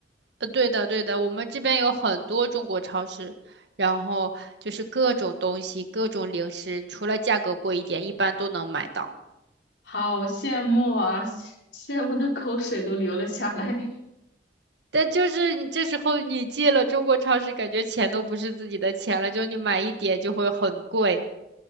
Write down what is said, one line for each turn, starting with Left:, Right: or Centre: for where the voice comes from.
Right: 呃，对的，对的，我们这边有很多中国超市，然后就是各种东西、各种零食，除了价格贵一点，一般都能买到。
Left: 好羡慕啊，羡慕的口水都流了下来。<laughs>
Right: 但就是你这时候你进了中国超市，感觉钱都不是自己的钱了，就你买一点就会很贵。